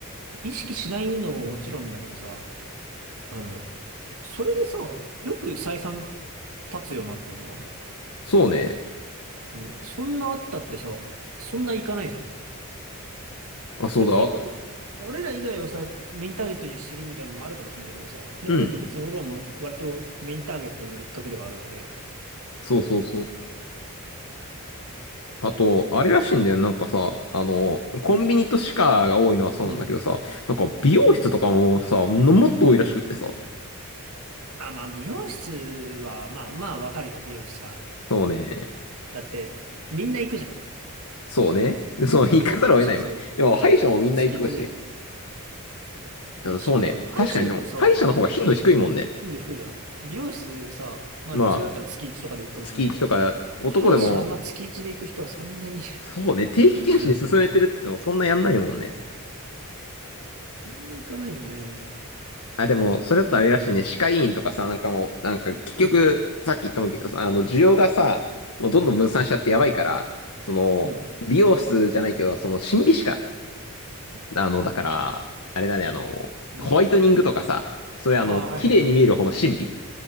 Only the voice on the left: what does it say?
そうね。
あ、そうだ。
うん。そうそうそう。あと、あれらしいんだよ。なんかさ、あの、コンビニと歯科が多いのはそうなんだけどさ、
なんか美容室とかもさ、のもっと多いらしくってさ。
そうね。
そうね。そう、行かざるを得ないわ。
でも、歯医者もみんな行くし。
うん、そうね。
確かに、でも、歯医者の方が頻度低いもんね。
まあ、月1とか、男でも
そうね、定期検診進めてるっつってもそんなやんないもんね。
あ、でも、それだとあれらしいね、
歯科医院とかさ、なんかもう、なんか結局、
さっき言ったもんけどさ、あの、需要がさ、もうどんどん分散しちゃってやばいから、その、
美容室じゃないけど、その、審美歯科、あの、だから、あれだね、あの、
ホワイトニングとかさ、そういうあの、
綺麗に見える方の審美、